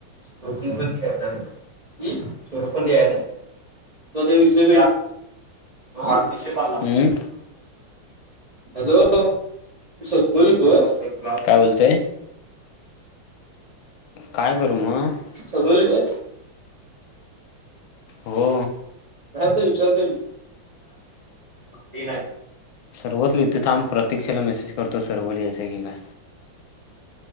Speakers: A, on the right; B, on the left.
A: ह सोरोपली यायला त विषय. हो अडतीसशे पन्नास
B: हम्म
A: हॅलो तू सगळ बोलतो आहे.
B: काय बोलतय? काय करू मग?
A: बोल बस
B: हो.
A: विचारत नाही.
B: सर्वच लिहितो थांम प्रतीक्षेला मेसेज करतो सर्व लिहायचय की काय